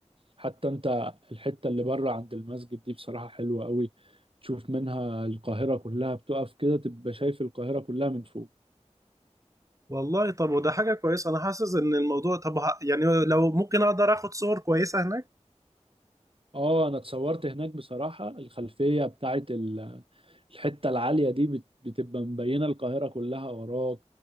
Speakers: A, on the right; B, on the right.
A: حتى انت الحتة اللي بره عند المسجد دي بصراحة حلوة قوي تشوف منها القاهرة كلها بتقف كده تبقى شايف القاهرة كلها من فوق
B: والله طب وده حاجه كويسه انا حاسس ان الموضوع طب ه- يعني لو ممكن اقدر اخد صور كويسه هناك
A: اه انا اتصورت هناك بصراحة الخلفية بتاعت ال- الحتة العالية دي بت- بتبقى مبينة القاهرة كلها وراك